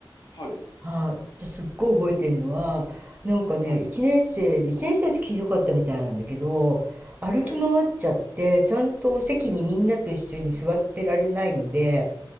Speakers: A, on the left (about 60°); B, on the right (about 20°).
A: はい。
B: はい、ですっごい覚えてるのは、なんかね、
A: はい。
B: 1年生で、1年生の時ひどかったみたいなんだけど、歩き回っちゃって、
A: はい。
B: ちゃんと席にみんなと一緒に座ってられないので、
A: うん。